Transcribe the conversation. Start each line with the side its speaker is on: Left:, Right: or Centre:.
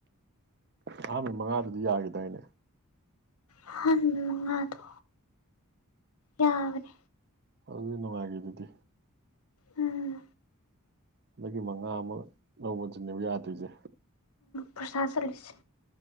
Right: ꯑꯍꯥꯟꯕ ꯃꯉꯥꯗꯨꯝ ꯌꯥꯈꯤꯗꯥꯏꯅꯦ
Left: ꯑꯍꯥꯟꯕꯩ ꯃꯉꯥꯗꯣ ꯌꯥꯕꯅꯦ
Right: ꯋꯥꯔꯤ ꯅꯨꯡꯉꯥꯏꯈ꯭ꯔꯤꯗꯨꯗꯤ
Left: ꯎꯝ
Right: ꯍꯟꯗꯛꯀꯤ ꯃꯉꯥ ꯑꯃ ꯂꯧꯕꯗꯨꯅꯦꯕ ꯌꯥꯗ꯭ꯔꯤꯁꯦ
Left: ꯐꯣꯔꯁꯥ ꯆꯠꯂꯤꯁꯦ